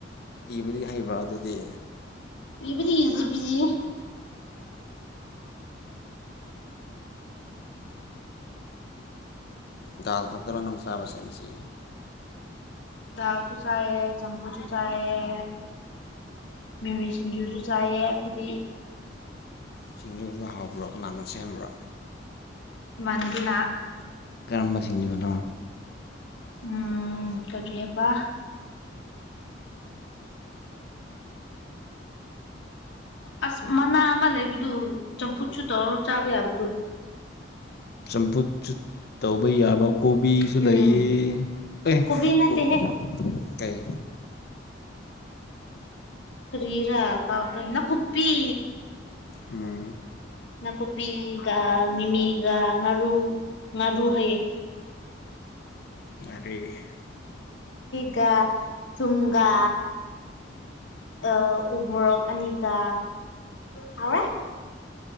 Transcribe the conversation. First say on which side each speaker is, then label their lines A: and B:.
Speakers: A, on the left (about 55°); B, on the left (about 75°).
A: ꯏꯕꯗꯤ ꯍꯩꯕ꯭ꯔꯥ ꯑꯗꯨꯗꯤ
B: ꯏꯕꯗꯤ ꯏꯖꯤ ꯄꯤꯖꯤꯦ
A: ꯒꯥꯜ ꯈꯛꯇꯅ ꯅꯣꯡ ꯆꯥꯕꯁꯤꯡꯁꯤ
B: ꯗꯥꯎ ꯆ ꯆꯦ ꯆꯝꯐꯨꯁꯨ ꯆꯥꯏꯑ ꯃꯤꯃꯤ ꯁꯤꯡꯖꯨꯁꯨ ꯆꯥꯏꯑ ꯑꯩꯈꯗꯤ
A: ꯁꯤꯡꯖꯨꯗꯨ ꯍꯕ꯭ꯔꯣ ꯀꯅꯥꯅꯣ ꯁꯦꯝꯕ꯭ꯔꯣ
B: ꯃꯟꯗꯨꯅ
A: ꯀꯔꯝꯕꯁꯤꯡꯁꯤꯅꯣ
B: ꯎꯝ ꯀꯔꯤꯄꯥ ꯑꯣ ꯑꯁ ꯃꯅꯥ ꯑꯃ ꯂꯩꯕꯗꯨ ꯆꯝꯐꯨꯠꯁꯨ ꯇꯧꯔ ꯆꯥꯕ ꯌꯥꯕꯗꯨ
A: ꯆꯝꯐꯨꯠ ꯇꯧꯕ ꯌꯥꯕ ꯀꯣꯕꯤ ꯀꯁꯨ
B: ꯎꯝ
A: ꯂꯩꯌꯦ ꯑꯦ
B: ꯀꯣꯕꯤ ꯅꯠꯇꯦꯍꯦ
A: ꯀ ꯀꯩ
B: ꯀꯔꯤꯔ ꯀꯥꯎꯈ ꯅ ꯀꯄꯤ
A: ꯎꯝ
B: ꯅꯥꯀꯨꯞꯄꯤꯒ ꯃꯤꯃꯤꯒ ꯉꯥꯔꯨ ꯉꯥꯔꯨ ꯍꯩꯌꯦ
A: ꯑ
B: ꯒ ꯊꯨꯒ ꯑ ꯎꯕꯣꯔꯣꯛ ꯑꯅꯤꯒꯥ ꯍꯥꯎꯔꯦ